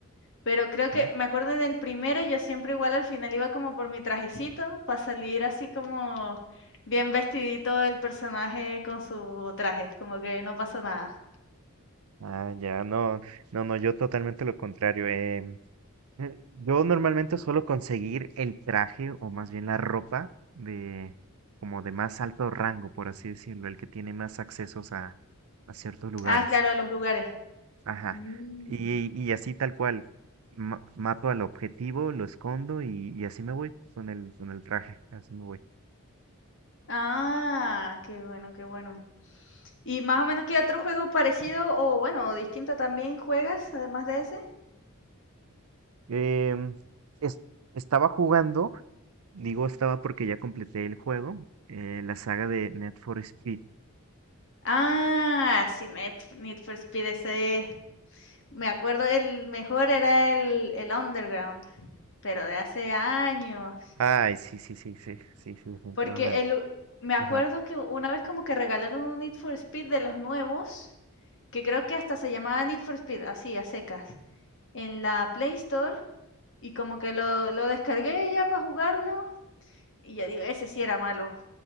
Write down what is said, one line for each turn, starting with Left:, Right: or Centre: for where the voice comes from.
Left: Pero creo que
Right: ¿no?
Left: me acuerdo en el primero, yo siempre igual al final iba como por mi trajecito para salir así como bien vestidito el personaje con su traje, como que no pasó nada.
Right: Ah, ya, no, no, no, yo totalmente lo contrario. Eh, Eh, Yo normalmente suelo conseguir el traje o más bien la ropa de como de más alto rango, por así decirlo, el que tiene más accesos a, a ciertos lugares.
Left: Ah, claro, a los lugares.
Right: Ajá.
Left: Mm.
Right: Y, y así tal cual, ma- mato al objetivo, lo escondo y, y así me voy con el, con el traje, así me voy.
Left: Ah, qué bueno, qué bueno. ¿Y más o menos qué otro juego parecido o bueno, o distinto también juegas además de ese?
Right: Em, es- estaba jugando, digo estaba porque ya completé el juego, eh, la saga de Net for Speed.
Left: Ah, sí, Need Need for Speed ese. Me acuerdo el mejor era el el Underground, pero de hace años.
Right: Ay, sí, sí, sí, sí, sí, sí, definitivamente.
Left: Porque el u me acuerdo
Right: Ajá.
Left: que una vez como que regalaron un Need for Speed de los nuevos, que creo que hasta se llamaba Need for Speed, así, a secas, en la Play Store, y como que lo lo descargué ya para jugarlo, y yo digo: "Ese sí era malo",